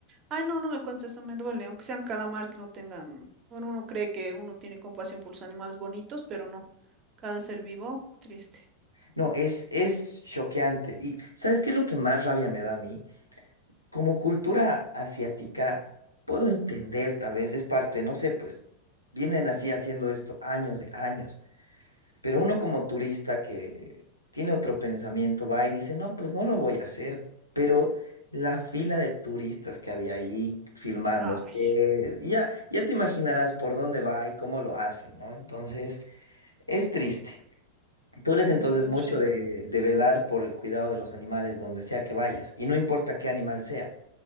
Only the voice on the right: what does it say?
Ay, no, no me cuentes eso, me duele, aunque sean calamar que no tengan, bueno, uno cree que uno tiene compasión por los animales bonitos, pero no, cada ser vivo, triste.
Ay,
mm,
no
sé,